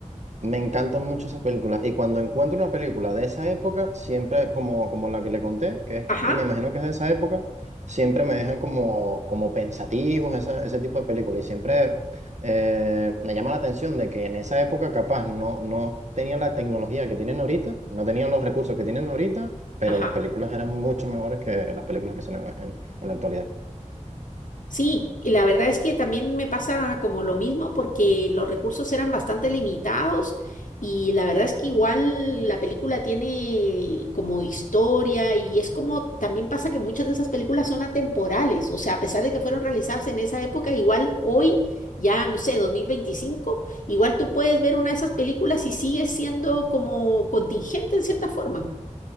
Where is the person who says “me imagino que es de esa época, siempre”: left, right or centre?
Right